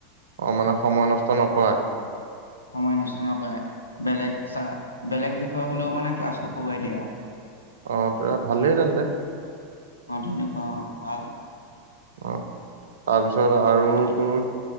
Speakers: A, on the right (about 70°); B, on the left (about 85°).
A: অ মানে সময় নষ্ট নকৰা।
B: সময় নষ্ট নকই বেলেগ বেলেগ বিষয় হলেও মানে ক্লাছটো কোৱাই দিয়ে আৰু
A: অ তৰা ভালেই তেন্ততে।
B: অ তেনেকুৱা।
A: অ তাৰপিছত। তাৰপিছত আৰু
B: বাকী
A: তোৰ